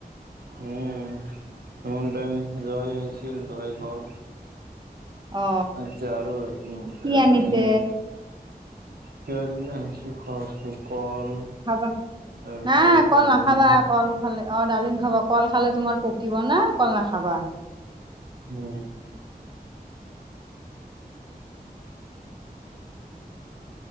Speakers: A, on the right; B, on the right.
A: উম। ইমান টাইম জুৱাই হৈছিল জুৱাই গ'ল।
B: অ
A: আচ্ছা আৰু উ
B: কি
A: এজনী
B: আনিছে
A: কিবা কিবি আনিছে খোৱা বস্তু কল।
B: খাবা
A: তাৰপিছত
B: নাই
A: দালি
B: কল নাখাবা। ক'ল খালে অ ডালিম খাবা ক'ল খালে তোমাৰ পকিব না কল নাখাবা।
A: উম।